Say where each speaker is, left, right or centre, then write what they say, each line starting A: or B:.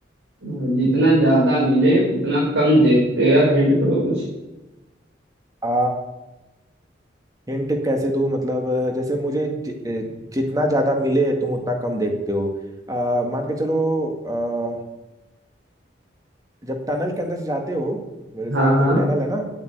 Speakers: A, on the right; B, on the right.
A: अ, जितना ज्यादा मिले उतना कम देखते यार हिंट करो कुछ
B: आ हिंट कैसे दूँ मतलब जैसे मुझे जि, जितना ज्यादा मिले तुम उतना कम देखते हो आ, मान के चलो आ, जब टनल के अंदर से जाते हो जैसे
A: हाँ
B: कोई
A: हाँ
B: टनल है ना